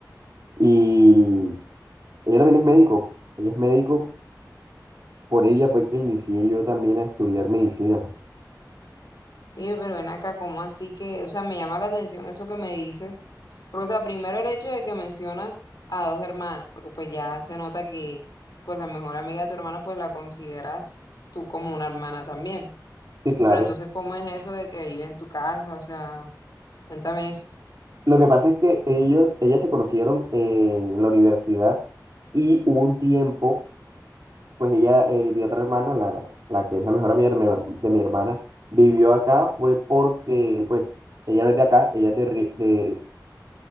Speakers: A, on the right; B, on the left.
A: Y ella también es médico, ella es médico, por ella fue que inicié yo también a estudiar medicina.
B: Y yo, pero ven acá, ¿cómo así que, o sea, me llama la atención eso que me dices? Porque, o sea, primero el hecho de que mencionas a dos hermanas, porque pues ya se nota que, pues la mejor amiga de tu hermano, pues la consideras tú como una hermana también.
A: Sí, claro.
B: Pero entonces, ¿cómo es eso de que vive en tu casa? O sea, cuéntame eso.
A: Lo que pasa es que ellos, ellas se conocieron en la universidad y hubo un tiempo, pues ella, eh, mi otra hermana, la, la que es la mejor amiga de mi, herma- de mi hermana, vivió acá, fue porque, pues, ella no es de acá, ella es de, Ri- de,